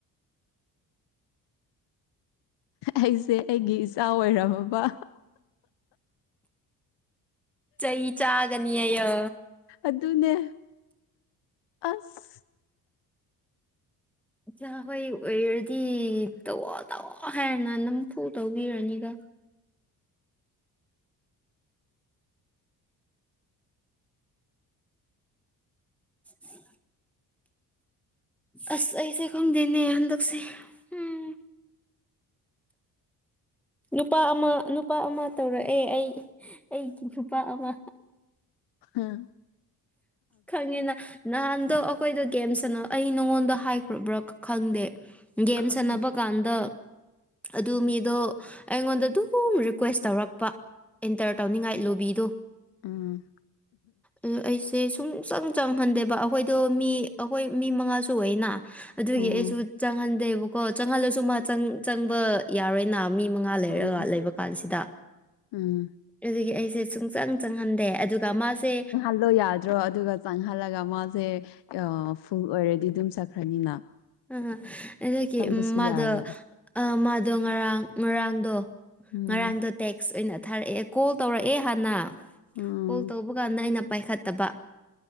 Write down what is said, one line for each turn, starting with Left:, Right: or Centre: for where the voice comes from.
Left: ꯑꯩꯁꯦ ꯑꯩꯒꯤ ꯏꯆꯥ ꯑꯣꯏꯔꯝꯃꯕ
Centre: ꯆꯩ ꯆꯥꯒꯅꯤꯑꯌꯣ
Left: ꯑꯗꯨꯅꯦ ꯑꯁ
Centre: ꯏꯆꯥ ꯍꯣꯏ ꯑꯣꯏꯔꯗꯤ ꯇꯧꯋꯣ ꯇꯧꯋꯣ ꯍꯥꯏꯔꯅ ꯅꯝꯐꯨ ꯇꯧꯕꯤꯔꯅꯤꯗ <inaudible> ꯑꯁ ꯑꯩꯁꯦ ꯈꯪꯗꯦꯅꯦ ꯍꯟꯗꯛꯁꯦ ꯎꯝ ꯅꯨꯄꯥ ꯑꯃ ꯅꯨꯄꯥ ꯑꯃ ꯇꯧꯔꯛꯑꯦ ꯑꯩ ꯑꯩꯒꯤ ꯅꯨꯄꯥ ꯑꯃ
Left: ꯍꯪ
Centre: ꯈꯪꯉꯦꯅ ꯅꯍꯥꯟꯗꯣ ꯑꯩꯈꯣꯏꯗꯣ ꯒꯦꯝ ꯁꯅꯥ ꯑꯩ ꯅꯉꯣꯟꯗ ꯍꯥꯏꯈ꯭ꯔꯕ꯭ꯔꯥ ꯈꯪꯗꯦ ꯒꯦꯝ
Left: ꯈꯪꯗ꯭ꯔꯦ
Centre: ꯁꯥꯟꯅꯕ ꯀꯥꯟꯗ ꯑꯗꯨ ꯃꯤꯗꯣ ꯑꯩꯉꯣꯟꯗ ꯑꯗꯨꯝ ꯔꯤꯀ꯭ꯋꯦꯁ ꯇꯧꯔꯛꯄ ꯑꯦꯟꯇꯔ ꯇꯧꯅꯤꯡꯉꯥꯏ ꯂꯣꯕꯤꯗꯣ
Left: ꯎꯝ
Centre: ꯑꯣ ꯑꯩꯁꯦ ꯁꯨꯡꯆꯪ ꯆꯪꯍꯟꯗꯦꯕ ꯑꯩꯈꯣꯏꯗꯣ ꯃꯤ ꯑꯩꯈꯣꯏ ꯃꯤ ꯃꯉꯥꯁꯨ ꯑꯣꯏꯌꯦꯅ ꯑꯗꯨꯒꯤ
Left: ꯎꯝ
Centre: ꯑꯩꯁꯨ ꯆꯪꯍꯟꯗꯦꯕꯀꯣ ꯆꯪꯍꯜꯂꯁꯨ ꯃꯥ ꯆꯪ ꯆꯪꯕ ꯌꯥꯔꯣꯏꯅ ꯃꯤ ꯃꯉꯥ ꯉꯥ ꯂꯩꯔꯒ
Left: ꯎꯝ
Centre: ꯂꯩꯕ ꯀꯥꯟꯁꯤꯗ
Left: ꯎꯝ
Centre: ꯑꯗꯨꯒꯤ ꯑꯩꯁꯦ ꯁꯨꯡꯆꯪ ꯆꯪꯍꯟꯗꯦ ꯑ ꯨꯑꯗꯨꯒ ꯃꯥꯁꯦ
Left: ꯈꯜꯂꯣ ꯌꯥꯗ꯭ꯔꯣ ꯑꯗꯨꯒ ꯆꯪꯍꯜꯂꯒ ꯃꯥꯁꯦ ꯐꯨꯜ ꯑꯣꯏꯔꯗꯤ ꯑꯗꯨꯝ ꯆꯠꯈ꯭ꯔꯅꯤꯅ
Centre: ꯑ ꯑꯗꯒꯤ
Left: ꯆꯪꯕꯁꯨ
Centre: ꯃꯥꯗꯣ
Left: ꯌꯥꯔꯣꯏ
Centre: ꯑꯥ ꯃꯥꯗꯣ ꯉꯔꯥꯡ ꯉꯔꯥꯡꯗꯣ
Left: ꯎꯝ
Centre: ꯉꯔꯥꯡꯗ ꯇꯦꯛꯁ ꯑꯣꯏꯅ ꯊꯥꯔꯛꯑꯦ ꯀꯣꯜ ꯇꯧꯔꯛꯑꯦ ꯍꯥꯟꯅ
Left: ꯎꯝ
Centre: ꯀꯣꯜ ꯇꯧꯕ ꯀꯥꯟꯗ ꯑꯩꯅ ꯄꯥꯏꯈꯠꯇꯕ